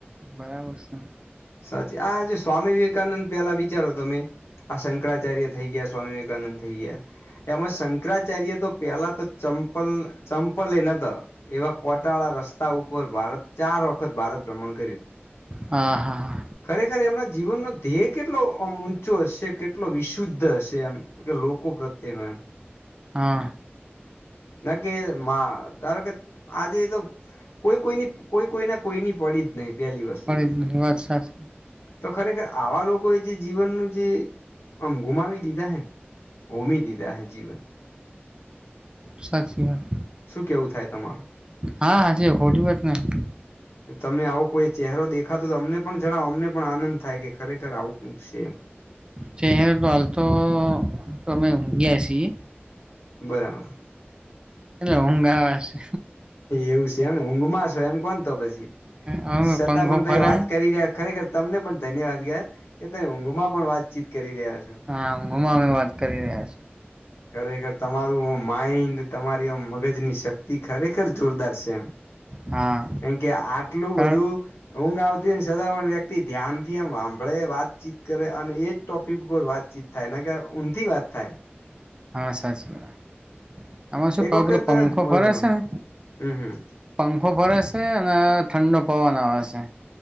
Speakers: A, on the right; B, on the left.
A: બરાબર છે.
B: સાચી આજ સ્વામી વિવેકાનંદ પેલા વિચારો તમે- આ શંકરાચાર્ય થઈ ગયા સ્વામી વિવેકાનંદ થઈ ગયા- એમાં શંકરાચાર્ય તો પેલા તો ચંપલ ચંપલ એ નતો- એવા કોટાળા રસ્તા ઉપર ભારત ચાર વખત ભારત ભ્રમણ કર્યું-
A: હા હા-
B: ખરેખર એમના જીવનનો ધ્યેય કેટલો ઊંચો હશે કેટલો વિશુદ્ધ હશે એમ- કે લોકો પ્રત્યે ન એમ-
A: હા-
B: ના કે ધારો કે આજે તો- કોઈ કોઈની કોઈ કોઈના કોઈની પડી જ નહીિ પેલી વસ્તુ
A: પણ
B: તો-
A: વાત સાચી
B: તો ખરેખર આવા લોકોએ જે જીવનનું જે આમ ગુમાવી દીધા હેન હોમી દીધા હૈ જીવન.
A: સાચી વાત.
B: શું કેવું થાય તમારું?
A: હા હાચી ખોટી વાત નહીં.
B: તે તમને આવો કોઈ ચહેરો દેખાતો તો અમને પણ જણાવો અમને પણ આનંદ થાય કે ખરેખર આવું કંઈક સે એમ.
A: ચહેરો તો હાલ તો અમે ઊંઘીયા સીએ.
B: બરાબર.
A: એટલે ઊંઘ આવે સે.
B: એવું સે એમને ઊંઘમાં છો એમ કોન તો પછી.
A: હવે
B: સતાં
A: પંખો
B: પણ તમે
A: ફરે
B: વાત કરી રહ્યા ખરેખર તમને પણ ધન્યવાદ કેવાય કે તમે ઊંઘમાં પણ વાતચીત કરી રહ્યા છો.
A: હા ઊંઘમાં અમે વાત કરી રહ્યા સીએ.
B: ખરેખર તમારું માઈન્ડ, તમારી આમ મગજની શક્તિ ખરેખર જોરદાર સે એમ.
A: હા
B: કેમ કે આટલું
A: કારણ
B: બધું ઊંઘ આવતી હોયને સતા પણ વ્યક્તિ ધ્યાનથી આમ હાભળે, વાતચીત કરે અને એજ ટોપિક ઉપર વાતચીત થાય નકર ઊંધી વાત થાય.
A: હા સાચી વાત. આમાં શું
B: એક
A: પેલો
B: વખત
A: પંખો
B: બોલો
A: ફરે
B: બોલો
A: છે ને
B: હમ હમ
A: પંખો ફરે સે અને ઠંડો પવન આવે સે.